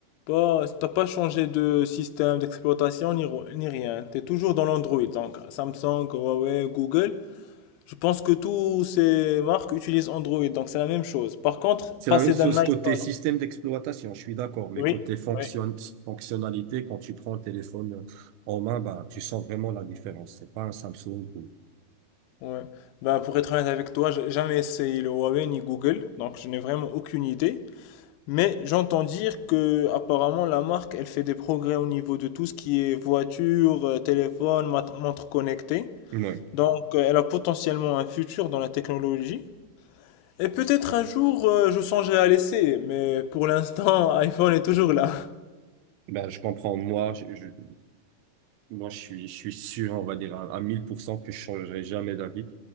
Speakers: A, on the left; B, on the right.
A: Pas, t'as pas changé de système d'exploitation ni, ro- ni rien. Tu es toujours dans l'Android. Donc, Samsung, Huawei, Google. Je pense que toutes ces marques utilisent Android. Donc, c'est la même chose. Par contre,
B: C'est
A: passer
B: la même chose
A: d'un iPhone.
B: côté système d'exploitation, je suis d'accord, mais
A: Oui,
B: côté fonction,
A: oui.
B: fonctionnalité, quand tu prends le téléphone en main, bah, tu sens vraiment la différence. C'est pas un Samsung. ou-
A: Ouais. Ben, pour être honnête avec toi, j'ai jamais essayé le Huawei ni Google. Donc, je n'ai vraiment aucune idée. Mais j'entends dire que apparemment la marque elle fait des progrès au niveau de tout ce qui est voiture, euh, téléphone, mat- montre connectée.
B: Ouais.
A: Donc, euh, elle a potentiellement un futur dans la technologie. Et peut-être un jour, euh, je songerai à l'essayer, mais pour l'instant, <laughs> iPhone est toujours là.
B: Ben, je comprends. Moi, je, je- moi, je suis, je suis sûr, on va dire, à, à 1000% que je changerai jamais d'avis.